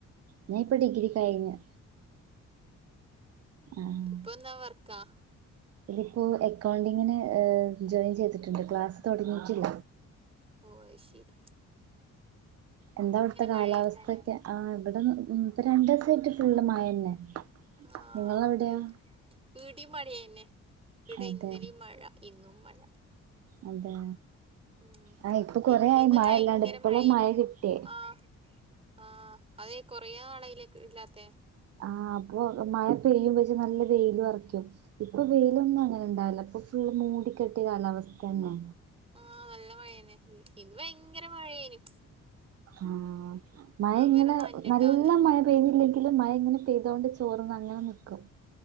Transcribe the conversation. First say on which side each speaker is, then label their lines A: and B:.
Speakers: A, on the right (about 55°); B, on the right (about 20°).
A: ഞാൻ ഇപ്പൊ ഡിഗ്രി കഴിഞ്ഞു. ആഹ്
B: ഇപ്പൊ എന്താ വർക്കാ
A: ഇതിപ്പോ അക്കൗണ്ടിങ്ങിന്ജോയിൻ ചെയ്തിട്ടുണ്ട്. ക്ലാസ്സ് തുടങ്ങിയിട്ടില്ല.
B: ഓ അത്ശരി.
A: എന്താ അവിടുത്തെ കാലാവസ്ഥ
B: മഴയുണ്ടാ
A: ഒക്കെ? ആ ഇവിടെന്ന് ഇപ്പ രണ്ടു ദിവസം ആയിട്ട് ഫുള്ള് മഴ തന്നെ.
B: ആഹ്
A: നിങ്ങളവിടെയോ
B: ഇടിയയും മഴ തന്നെ. ഇവിടെ
A: അതെ
B: ഇന്നലെയുംമഴ ഇന്നും മഴ
A: അതെ
B: ഉം
A: ആഹ് ഇപ്പൊ കൊറേ
B: ഇ
A: ആയി
B: ഇന്ന്
A: മഴ
B: ഭയങ്കര
A: ഇല്ലാണ്ട് ഇപ്പളാ
B: മഴയേനു
A: മഴ കിട്ടിയേ
B: ആഹ്. ആ അതെ കുറേ ആളയില്ലേ ഇല്ലാത്തെ
A: ആഹ് അപ്പൊ മഴ പെയ്യുമ്പോ ഇജ് നല്ല വെയിൽ ഉറക്കും. ഇപ്പൊ വെയിലൊന്നും
B: ഉം
A: അങ്ങനെ ഉണ്ടാവില്ല. ഇപ്പൊ ഫുള്ള് മൂടിക്കെട്ടിയ കാലാവസ്ഥ തന്നെ.
B: ആഹ് നല്ല മഴ തന്നെ ഇന്ന് ഭയങ്കര മഴയേനു.
A: ആ മഴ ഇങ്ങനെ
B: വരെ നനഞ്ഞിട്ടാ
A: നല്ല
B: വന്നെ
A: മഴ പെയ്യുന്നില്ലെങ്കിലും മഴ ഇങ്ങനെ പെയ്തോണ്ട് ചോറന്ന് അങ്ങനെ നിക്കും